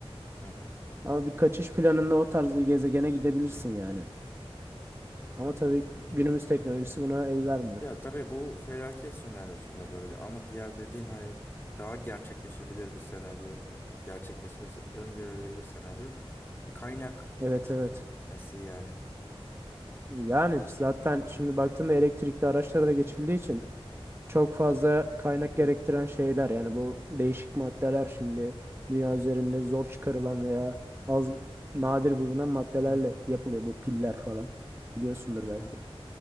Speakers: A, on the left (about 20°); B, on the right (about 25°).
A: Hı
B: Ama bir kaçış planında o tarz bir gezegene gidebilirsin yani. Ama tabii
A: hı.
B: günümüz teknolojisi buna el vermiyor.
A: Ya tabii bu felaket senaryosunda böyle ama diğer dediğin hani daha gerçekleşebilir bir senaryo, gerçekleşmesi öngörülebilir senaryo. Kaynak
B: Evet
A: bitin-
B: evet.
A: bitmesi yani.
B: Yani zaten şimdi baktığında elektrikli araçlara da geçildiği için çok fazla kaynak
A: Hı hı,
B: gerektiren şeyler yani bu değişik maddeler şimdi dünya üzerinde zor çıkarılan veya az nadir bulunan maddelerle
A: hı hı,
B: yapılıyor bu piller falan biliyorsundur
A: hı hı.
B: belki.